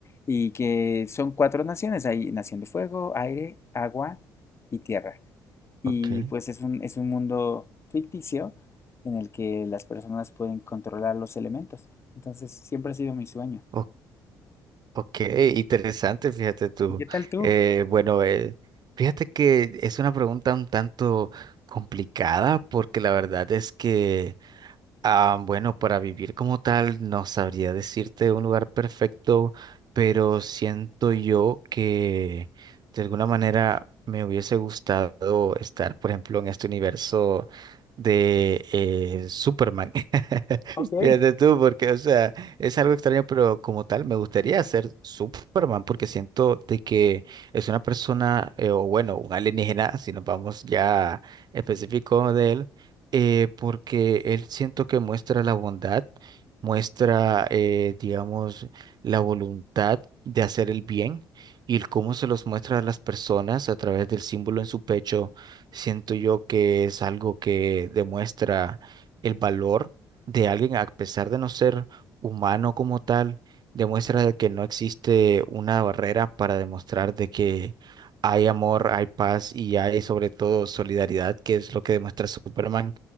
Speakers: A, on the left (about 30°); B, on the right (about 55°).
A: y que son cuatro naciones, hay nación de fuego, aire, agua y tierra. Y
B: ok,
A: pues es un, es un mundo ficticio en el que las personas pueden controlar los elementos. Entonces siempre ha sido mi sueño.
B: ok. Ok, interesante, fíjate tú.
A: ¿Y qué tal tú?
B: Eh, bueno, eh, fíjate que es una pregunta un tanto complicada porque la verdad es que Ah, bueno, para vivir como tal, no sabría decirte un lugar perfecto, pero siento yo que de alguna manera me hubiese gustado estar, por ejemplo, en este universo de eh, Superman. <laughs>
A: Ok, qué
B: Fíjate tú, porque, o sea, es algo extraño, pero como tal, me gustaría ser Superman, porque siento de que es una persona, eh, o bueno, un alienígena, si nos vamos ya específico de él eh, porque él siento que muestra la bondad, muestra, eh, digamos, la voluntad de hacer el bien y el cómo se los muestra a las personas a través del símbolo en su pecho, siento yo que es algo que demuestra el valor de alguien a pesar de no ser humano como tal, demuestra de que no existe una barrera para demostrar de que Hay amor, hay paz y hay sobre todo solidaridad, que es lo que demuestra Superman.